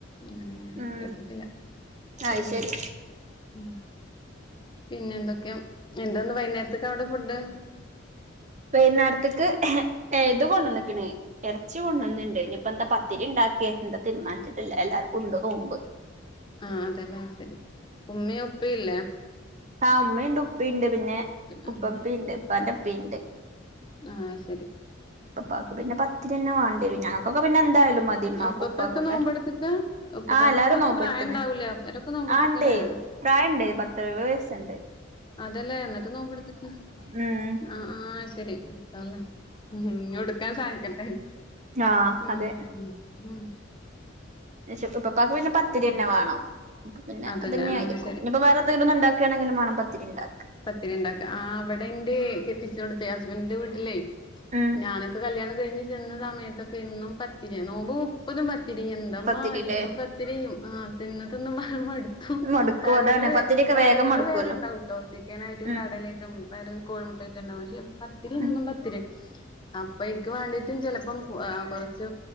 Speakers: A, on the left; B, on the right.
A: അങ്ങനെ ഞാ
B: ഉം
A: കേട്ടിട്ടില്ല
B: അത്
A: ഉം
B: ശരി
A: ഉം പിന്നെ എന്തൊക്കെയാ എന്താന്ന് വൈന്നേര്ത്ത്ക്കവ്ടെ ഫുഡ്
B: വൈന്നേരത്ക്ക് ഇത് കൊണ്ടന്ന്ക്ക്‌ണ് എറച്ചി കൊണ്ടന്ന്ണ്ട് ഇഞ്ഞിപ്പന്താ പത്തിരി ഇണ്ട ക്കെ ന്താ തീര്മാൻച്ച്ട്ട്ല്ല എല്ലാർക്കുംണ്ട് നോമ്പ്
A: ആ അതെല്ലാം ശരി ഉമ്മിം ഉപ്പല്ലേ
B: ആ ഉമ്മയുണ്ട് ഉപ്പീണ്ട് പിന്നെ
A: ആഹ്
B: ഉപ്പപ്പിണ്ട് ഇപ്പാന്റെ ഇപ്പീണ്ട്
A: ആഹ് ശരി
B: ഉപ്പാക്ക് പിന്നെ പത്തിരിന്നെ വാണ്ടിവരും ഞങ്ങക്ക്‌ ഇപ്പ പിന്നെ എന്തായാലും മതി ഇമ്മാക്കുപ്പാക്കൊക്കെ
A: ഉപ്പപ്പൊക്കെ നോമ്പെടുത്ത്ക്കാ ഉപ്പപ്പാക്ക്
B: ആ എല്ലാരും
A: കൊറച്ച്
B: നോമ്പട്ത്തെണ്
A: പ്രായം ഉണ്ടാവൂലേ അവരൊക്കെ നോമ്പെടുത്ത്ക്കല്ലേ
B: ആ ണ്ടേ പ്രായണ്ട് പത്തെഎഴുവത് വയസ്സ്ണ്ട്
A: അതെല്ലേ ന്ന്ട്ട് നോമ്പ്ട്ത്ത്ട്ട്
B: ഉം
A: ആ ആ ശെരി <unintelligible> ഉം ഹും ഇഞ്ഞുട്ക്കാൻ സാധിക്കട്ടെ
B: ആ
A: ഉം
B: അതെ
A: ഉം
B: നീചിട്ട് ഇപ്പപ്പാക്ക് പിന്നെ പത്തിര്യെന്നെ വേണം പിന്നെ
A: അതല്ലേ
B: അതന്നെയായിരിക്കും
A: ആഹ് ശരി
B: ഇഞ്ഞിപ്പം വേറെ ത് ബട്ന്ന് ണ്ടാക്കാണെങ്കിലും മാണം പത്തിരിണ്ടാ
A: പത്തിരിണ്ടാക്ക ആ വടെന്റെ കെട്ടിച്ചോട്ത്തെ ഹസ്ബൻന്റെ വീട്ട്ലേ
B: ഉം
A: ഞാനൊക്കെ കല്യാണം കഴിഞ്ഞ് ചെന്ന സമയത്തൊക്കെ എന്നും പത്തിരി നോമ്പ് മുപ്പതും പ ത്തിരി എന്തമ്മാ
B: പത്തിരില്ലേ
A: ഇന്നും പത്തിരി ആ തിന്ന് തിന്ന് മ മട്
B: മടുക്കും
A: കറികള്
B: അതാണ് പത്തിരിയൊക്കെ
A: കറികള്
B: വേഗം മടുക്കുവല്ലോ
A: വേറെണ്ടാവുട്ടോ ചിക്കനായിട്ടും
B: ഉം
A: കടലേയിട്ടും പ്പര് കോഴിമുട്ടേറ്റണ്ടാവും പക്ഷെ പത്തി എന്നും
B: ഉം
A: പത്തിരി അപ്പൊ ഇൻക് വാണ്ടിട്ടു ചെലപ്പം ആ കൊറച്ച്